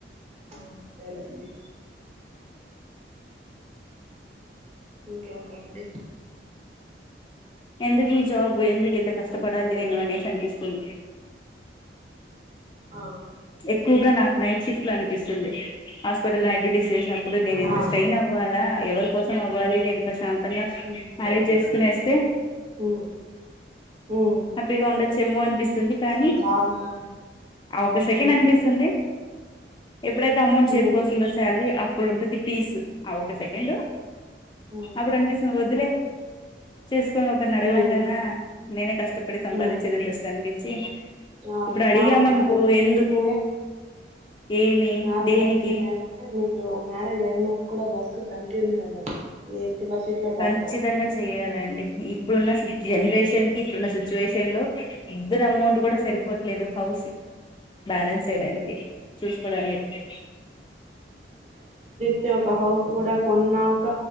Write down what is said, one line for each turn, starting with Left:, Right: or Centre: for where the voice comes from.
Right: అంతేలేండి ఇకేంటండి
Left: ఎందుకు ఈ జాబ్ ఎందుకు ఇంత కష్టపడాలి
Right: ఆ, హలో
Left: నేను అనేసి అనిపిస్తుంది
Right: ఆ
Left: ఎక్కువగా నాకు నైట్ షిఫ్ట్ లో కనిపిస్తుంది హాస్పిటల్ లో నైట్ డ్యూటీస్ చేసినప్పుడు నేను ఇంత
Right: ఆ,
Left: స్ట్రైయిన్ అవ్ ఇవ్వాలా ఎవరి కోసం అవ్వాలి నేను ప్రశాంతంగా
Right: ఉమ్,
Left: మ్యారేజ్ చేసుకుని వస్తే
Right: ఉమ్ ఉమ్,
Left: హ్యాపీగా ఉండొచ్చమో అనిపిస్తుంది కానీ
Right: బాగుంటుంది
Left: ఆ ఒక సెకండ్
Right: ఉమ్,
Left: అనిపిస్తుంది ఎప్పుడైతే అమౌంట్ చేతికి
Right: ఉమ్,
Left: వస్తుందో శాలరీ అప్పుడు ఉంటుంది ఫీస్ ఆ ఒక సెకండ్
Right: ఉమ్,
Left: అప్పుడు అనిపిస్తుది వద్దులే చేసుకొని ఒకరిని అడగడం
Right: ఉమ్,
Left: కన్నా నేనే కష్ట సంపాదించేద
Right: ఉమ్.
Left: బేష్ట అనిపిచ్చి
Right: అవునండి
Left: ఇప్పుడు అడిగామనుకో
Right: నా నా తగ్గిపోవాలంటే
Left: ఎందుకు ఏమి
Right: నా
Left: దేనికి
Right: సజెషన్ ఏమంటే మీరు మ్యారేజ్ అయినా కూడా వర్క్ కంటిన్యూ అవ్వండి పరిస్థితిలో డ్రాప్
Left: ఖచ్చితంగా
Right: అవ్వకుండా
Left: చెయాలండి ఇప్పుడున్న జనరేషన్ కి ఇప్పుడున్న సిచ్యువేషన్ లో ఇద్దరు అమౌంట్ కూడా సరిపోవట్లేదు హౌస్ బ్యాలన్స్ చేయడానికి చూసుకోడానికి
Right: అతే ఒక హౌస్ కూడా కొన్నాక